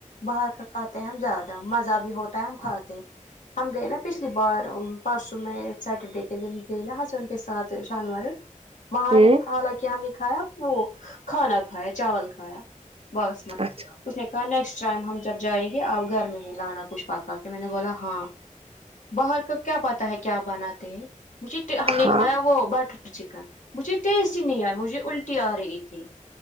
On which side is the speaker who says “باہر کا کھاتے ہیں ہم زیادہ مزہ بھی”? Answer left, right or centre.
Left